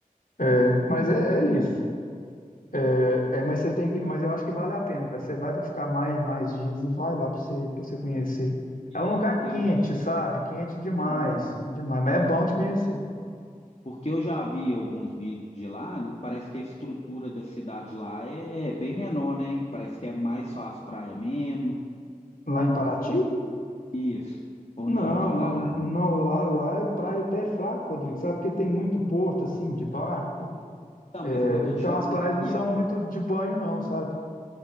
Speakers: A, on the left; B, on the left.
A: é, mas é, é isso. É, é, mas você tem que, mas eu acho que vale a pena, cara. Você vai para ficar mais, mais dias e vai lá para você, para você conhecer.
B: Porque
A: É um lugar
B: eu,
A: quente,
B: já-
A: sabe? Quente demais,
B: hum,
A: quente demais, mas é bom de conhecer.
B: porque eu já vi alguns vídeos de lá, parece que a estrutura da cidade lá é bem menor, né? Parece que é mais só as praias mesmo.
A: Lá em Paraty?
B: Isso. Ou
A: Não,
B: não, tô enganado.
A: não, não, lá, lá é praia até fraco, Rodrigo, sabe? Porque tem muito porto assim de barco.
B: Não,
A: É,
B: mas eu tô
A: Então
B: te falando,
A: as praias não
B: e
A: são
B: a,
A: muito de banho não, sabe?